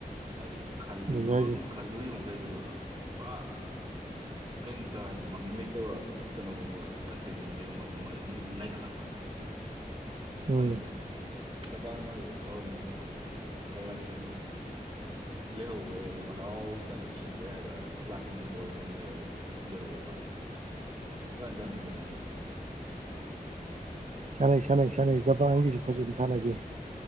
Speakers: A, on the right (about 35°); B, on the right (about 50°).
A: ꯍꯥꯏꯗꯤ ꯈꯜꯂꯨ
B: ꯑꯗꯨꯅꯤ ꯍꯥꯏꯁꯦ
A: ꯈꯜꯂꯨꯔꯤꯕ ꯃꯈꯩꯗꯨꯒ ꯄꯨꯔꯥ ꯀꯩꯝꯇ ꯍꯥꯏꯗꯤ ꯃꯃꯤꯡ ꯂꯩꯇꯕ ꯀꯩꯅꯣꯒꯨꯝꯕ ꯀꯟꯇ꯭ꯔꯤꯒꯨꯝꯕ ꯀꯩꯒꯨꯝꯕ ꯁꯨꯝꯕ ꯑꯗꯨꯝ ꯅꯩꯠꯂꯛꯄꯗꯣ ꯀꯩꯅꯣꯁꯨ
B: ꯎꯝ
A: ꯖꯄꯥꯟꯒꯁꯨ ꯇꯧꯔꯝꯃꯤꯗꯨ ꯌꯦꯡꯉꯣ ꯍꯟꯗꯛ ꯅꯩꯔꯝꯃꯤꯅ ꯂꯩꯍꯧꯕꯩ ꯍꯥꯏꯗꯤ ꯃꯗꯥꯎ ꯈꯤꯇꯪ ꯊꯤꯕꯩ ꯍꯥꯏꯗꯣꯏꯔꯥ ꯂꯥꯁ ꯃꯤꯅꯤꯠ ꯒꯣꯜ ꯆꯟꯒꯤꯕꯩ ꯂꯩꯍꯧꯕ ꯋꯥꯅꯤ ꯀꯟꯅ ꯁꯥꯟꯅꯩ ꯀꯩꯅꯣ ꯃꯣꯏꯁꯨ
B: ꯁꯥꯟꯅꯩ ꯁꯥꯟꯅꯩ ꯁꯥꯟꯅꯩ ꯖꯄꯥꯟꯒꯤꯁꯨ ꯐꯖꯅ ꯁꯥꯟꯅꯒꯤ